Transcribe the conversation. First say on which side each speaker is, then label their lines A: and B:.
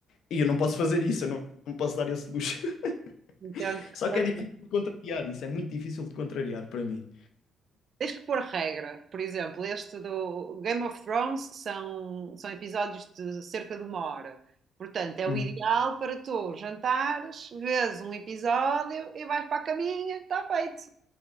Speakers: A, on the left; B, on the right.
A: E eu não posso fazer isso, eu não, não posso dar esse luxo. <laughs>
B: Então,
A: Só
B: foi
A: que é difícil de contrariar isso, é muito difícil de contrariar para mim.
B: Tens que pôr regra. Por exemplo, este do Game of Thrones são, são episódios de cerca de uma hora. Portanto, é
A: Hum.
B: o ideal para tu jantares, vês um episódio e vais para a caminha, está feito.